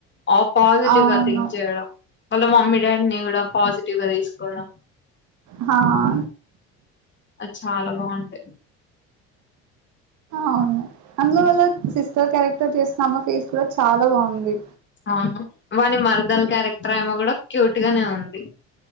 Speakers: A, on the left (about 35°); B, on the right (about 65°).
A: ఆ పాజిటివ్
B: అవును
A: గా థింక్ చేయడం వాళ్ళ మమ్మీ డాడీని గూడా పాజిటివ్ గా తీసుకోవడం
B: హా ఆ
A: అది చాలా బాగుంటయి
B: అవును అందులో వల్ల సిస్టర్ క్యారెక్టర్ చేసినా ఆమె ఫేస్ గూడా చాలా బాగుంది
A: అవును వాని మరదలు క్యారెక్టర్ ఆమే గూడా క్యూట్ గానే ఉంది